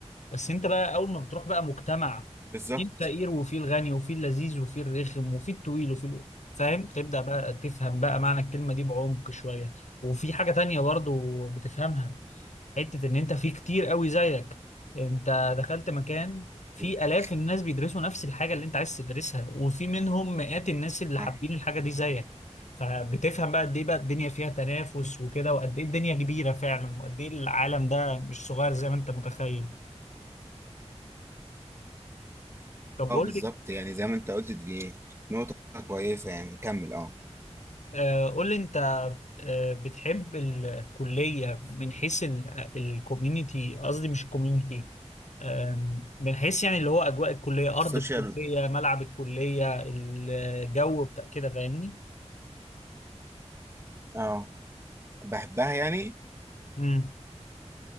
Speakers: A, on the left; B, on the right.
A: بس انت بقى اول ما بتروح بقى مجتمع
B: بالظبط
A: في الفقير وفي الغني وفي اللذيذ وفي الرخم وفي الطويل وفي ال... فاهم تبدا بقى تفهم بقى معنى الكلمه دي بعمق شويه وفي حاجه تانية برضو بتفهمها حتة ان انت في كتير قوي زيك انت دخلت مكان في
B: بالظبط.
A: الاف الناس بيدرسوا نفس الحاجة اللي انت عايز تدرسها وفي منهم مئات الناس اللي
B: اه
A: حابين الحاجة دي زيك فبتفهم بقى قد ايه بقى الدنيا فيها تنافس وكده وقد ايه الدنيا كبيرة فعلا وقد ايه العالم ده مش صغير زي ما انت متخيل طب
B: اه
A: قول
B: بالظبط
A: لي
B: يعني زي ما انت قلت دي نقطة كويسة يعني كمل اه
A: آه قول لي انت آه بتحب الكلية من حيث الكوميونتي قصدي مش الكوميونتي أم، من حيث يعني اللي هو اجواء الكليه
B: السوشيال
A: ارض الكليه ملعب الكليه الجو بتاع كده فاهمني
B: اه بحبها يعني
A: امم